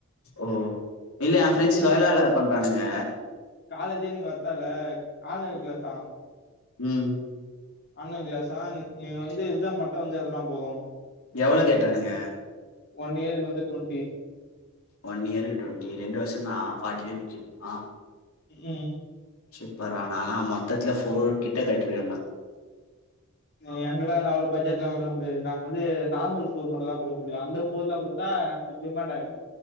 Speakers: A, on the left; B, on the left.
A: ஓ இல்ல என் ஃப்ரெண்ட்ஸ் லொயலால
B: நீங்க
A: பண்றானுங்க
B: காலேஜே நீங்க வர்தேவல்லா ஆன்லைன் க்ளாஸா
A: ம்
B: ஆன்லைன் க்ளேஸா நீங் நீங்க வந்து எக்ஸா மட்டு வந்து எழுதுனா போது
A: எவ்ளோ கேட்டானுங்க
B: ஒன் இயர்க்கு வந்து டென்ட்டி
A: ஒன் இயர்க்கு டுவன்ட்டி ரெண்டு வர்ஷோதா ஃபார்ட்டிலியே முடிச்சு இருக்குமா
B: ம் ம்
A: சூப்பர்ர நாலா மொத்தத்துல ஃபோர் கிட்ட கட்டிருக்கண்டா
B: ம் எங்களால அவ்ள பட்ஜட்லா குடுக்க முடியாது நாங்க வந்து நார்மல் ஃபோ மட்டுதா குடுக்க முடியு அந்த ஃபோர்லா குட் ஆ அப்டி டிமாண்ட் ஆயிடு